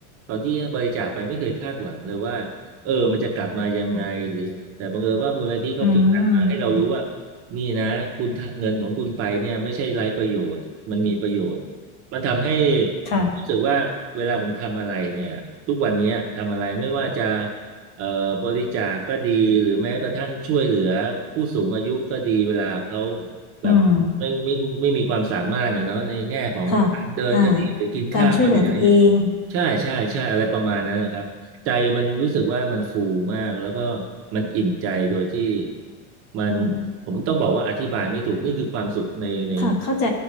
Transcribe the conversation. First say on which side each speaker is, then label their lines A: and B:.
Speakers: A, on the right (about 35°); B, on the left (about 40°).
A: ตอนที่บริจาคไปไม่เคยคาดหวังเลยว่าเออมันจะกลับมายังไงหรือแต่บังเอิญว่ามูลนิธิเขาฟีดแบ็กมาให้เรารู้ว่า
B: อืม
A: นี่นะคุณทะเงินของคุณไปเนี่ยไม่ใช่ไร้ประโยชน์มันมีประโยชน์มันทำให้
B: ค่ะ
A: ผมรู้สึกว่าเวลาผมทำอะไรเนี่ยทุกวันเนี้ยทำอะไรไม่ว่าจะ เอ่อบริจาคก็ดีหรือแม้กระทั่งช่วยเหลือผู้สูงอายุก็ดีเวลาเขาแบบไม่ไม่ไม่มีความสามารถเนี่ยเนาะในแง่ของการเดินก็ดีหรือกินข้าวก็ดีอะไรอย่างเงี้ย
B: อืมค่ะอ่าการช่วยเหลือตัวเอง
A: ใช่ใช่ใช่อะไรประมาณนั้นนะครับใจมันรู้สึกว่ามันฟูมากแล้วก็มันอิ่มใจโดยที่มัน
B: อืม
A: ผมต้องบอกว่าอธิบายไม่ถูกนี่คือความสุขในใน
B: ค่ะเข้าใจ